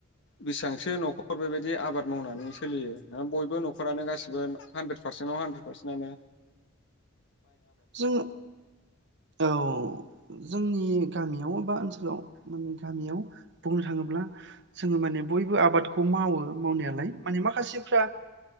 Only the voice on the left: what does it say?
बिसिसबांसो न'खर बेबायदि आबाद मावनानै सोलियो बयबो न'खरानो गासिबो हानद्रेद पारसेन्टआव हानद्रेद पारसेटनो